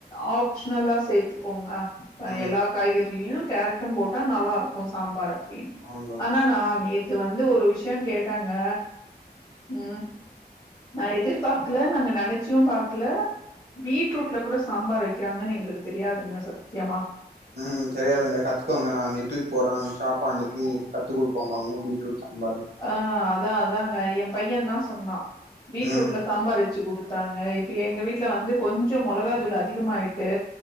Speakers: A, on the left (about 25°); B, on the right (about 70°).
A: ஆப் ப்ஷனல சேத்துப்போங்க அ
B: ம்
A: எல்லா காய்கறிலயு கேரட்டு போட்டா நல்லாருக்கும் சாம்பாரு அப்டின்னு
B: அவுங்க
A: ஆனா நா நேத்து வந்து ஒரு விஷயோ கேட்டங்க ம் நா எதிர்பாக்கல நாங்க நெனைச்சும் பாக்கல பீட்ரூட்ல கூட சாம்பார் வைக்கிறாங்கன்னு எங்களுக்கு தெரியாதுங்க சத்தியமா
B: ம் தெரியாதுங்க கத்துக்கோனுங்க நா நைட் டூட் போறே அங்க சாப்பா அன்னிக்கு கத்துக் குடுப்பாங்க அவங்க பீட்ரூட் சாம்பார்னு
A: ஆ அதா அதாங்க எ பையன்தா சொன்னா பீட்ரூட்ல
B: ம்
A: சாம்பார் வச்சு குடுத்தாங்க இப்ப எங்க வீட்ல வந்து கொஞ்சோ மொளகா தூள் அதிகமாயிட்டு